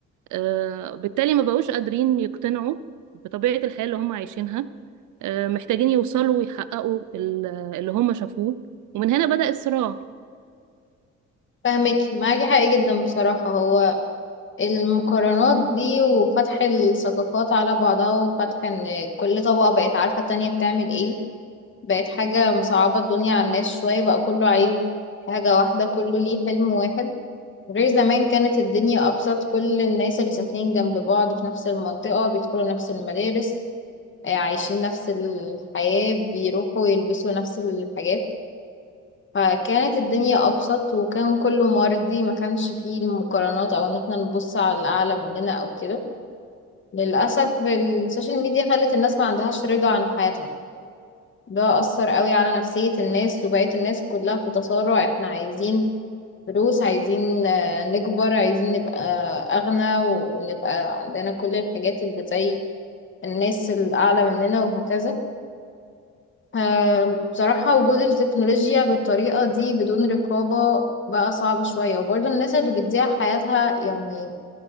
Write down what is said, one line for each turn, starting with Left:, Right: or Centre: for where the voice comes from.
Right: آه، بالتالي ما بقوش قادرين يقتنعوا بطبيعة الحياة اللي هم عايشينها آه، محتاجين يوصلوا ويحققوا ال- اللي هم شافوه ومن هنا بدأ الصراع
Left: فاهمك معاكي حق جدا بصراحة هو المقارنات دي وفتح الثقافات على بعضها وفتح ان كل طبقة بقت عارفة التانية بتعمل ايه بقت حاجة مصعبة الدنيا على الناس شوية بقى كله عايز حاجة واحدة كله ليه حلم واحد غير زمان كانت الدنيا أبسط كل الناس اللي ساكنين جنب بعض في نفس المنطقة بيدخلوا نفس المدارس آه، عايشين نفس الحياة بيروحوا يلبسوا نفس الحاجات فكانت الدنيا أبسط وكان كله مرضي ما كانش فيه المقارنات أو إن احنا نبص على الأعلى مننا أو كده للأسف السوشيال ميديا خلت الناس ما عندهاش رضا عن حياتها ده أثر قوي على نفسية الناس وبقيت الناس كلها في تصارع احنا عايزين فلوس عايزين آه، نكبر عايزين نبقى أغنى ونبقى عندنا كل الحاجات اللي زي الناس الأعلى مننا وهكذا آه، بصراحة وجود التكنولوجيا بالطريقة دي بدون رقابة بقى صعب شوية وبرضه الناس اللي بتضيع حياتها يعني